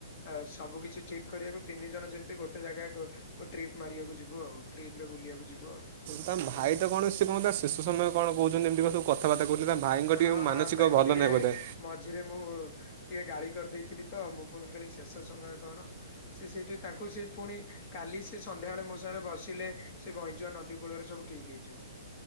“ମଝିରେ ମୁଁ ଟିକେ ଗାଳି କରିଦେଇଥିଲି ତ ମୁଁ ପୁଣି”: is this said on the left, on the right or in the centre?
Left